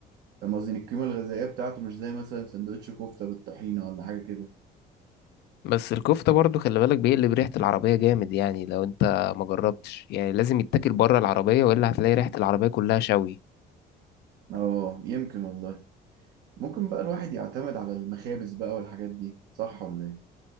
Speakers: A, on the right; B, on the left.
A: فاهم قصدي إن القيمة الغذائية بتاعته مش زي مثلا سندوتش كفتة بالطحينة ولا حاجة كده
B: بس الكفتة برضو خلي بالك بيقلب ريحة العربية جامد يعني لو انت ما جربتش يعني لازم يتاكل بره العربية والا هتلاقي ريحة العربية كلها شوي
A: اه يمكن والله ممكن بقى الواحد يعتمد على المخابز بقى والحاجات دي صح ولا ايه